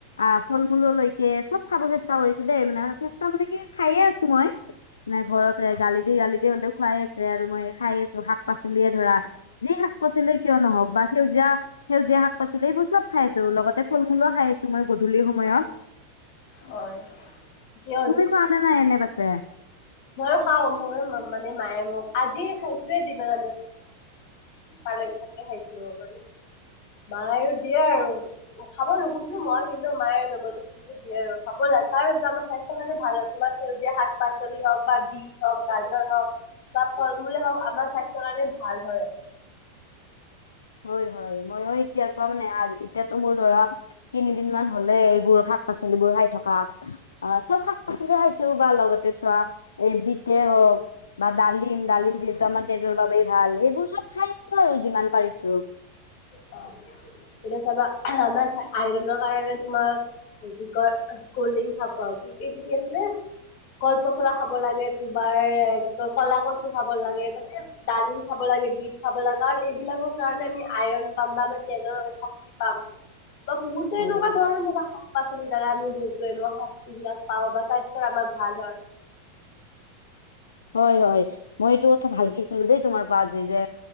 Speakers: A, on the left; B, on the left.
A: আ ফল মূললৈকে চব খাব চেষ্টা কৰিছো দেই মানে চেষ্টা মানে কি খাইয়ে আছো মই। নাই ঘৰতে গালি দি গালি দি হ'লেও খোৱাই আছে আৰু মই খাই আছো শাক পাচলিয়ে ধৰা যি শাক পাচলিয়ে কিয় নহওঁক বা সেউজীয়া সেউজীয়া শাক পাচলি এইবোৰ চব খাই আছো লগতে ফল মূলো খাই আছো। তোমাৰ গধূলি সময়ত,
B: হয় ঠিকে
A: তুমি খোৱা নে নাই এনেই বাচে।
B: মইয়ো খাও ময়ো মানে মায়ে মোক আজি খাইছোয়ে দিনত <unintelligible> পালেং শাকে খাইছো মানে মায়ৰো দিয়ে আৰু ৰখাব নোখোজো মই কিন্তু মায়ে জবৰজস্ত- চিকে দিয়ে আৰু খাব লাগে কাৰণ আমাৰ স্বাস্থ্য কাৰণে ভাল হয় তোমাৰ সেউজীয়া শাক পাচলি হওক, বা বিষ হওক গাজৰ হওক বা ফল-মূলে হওক আমাৰ স্বাস্থ্যৰ কাৰণে ভাল হয়।
A: হয় হয় মই এতিয়া কোৱাৰ মানে আজ এতিয়াতো মোৰ ধৰা তিনিদিন মান হ'লে এইবোৰ শাক-পাচলিবোৰ খাই থকা। অ চব শাক-পাচলি খাইছো বা লগতে চোৱা এই বিতে হওক, বা ডালিম ডালিম যিহেতু আমাৰ তেজৰ বাবেই ভাল সেইবোৰ চব খাই আছো আৰু যিমান পাৰিছো।
B: <unintelligible> এতিয়া চাবা আমাৰ আইৰনৰ কাৰণে তোমাৰ কি কয় কল্ড ড্ৰিংক খাব কি এইটো কি আছিলে। কল-পচলা খাব লাগে তোমাৰ কি কয় কলা কচু খাব লাগে মানে। ডালিম খাব লাগে বিট খাব লাগে আৰু এইবিলাকৰ কাৰণে আমি আইৰণ পাম বা আমি তেজৰ শক্তি পাম। বা বহুতো এনেকুৱা
A: অ
B: ধৰণৰ বজা শাক-পাচলি দ্বাৰা আমি বহুত ত এনেকুৱা শক্তি বিলাক পাও বা স্বাস্থ্যৰ আমাৰ ভাল হয়।
A: হয় হয় মই এইটো কথা ভালকে হলো দেই তোমাৰ পৰা যি যে